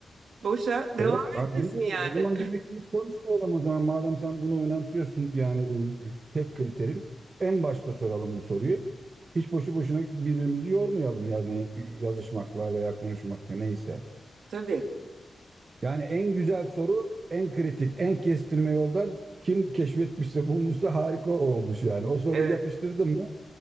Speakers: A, on the right (about 80°); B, on the right (about 40°).
A: boşa devam
B: Evet, hani
A: etmesin
B: onu diyorum.
A: yani.
B: O zaman demek ki hiç konuşmayalım o zaman. Madem sen bunu önemsiyorsun yani e, tek kriterin en başta soralım bu soruyu. Hiç boşu boşuna birbirimizi yormayalım yani e, yazışmakla veya konuşmakla neyse.
A: Tabii.
B: Yani en güzel soru, en kritik, en kestirme yoldan kim keşfetmişse bulmuşsa harika olmuş yani. O soruyu
A: Evet.
B: yapıştırdım mı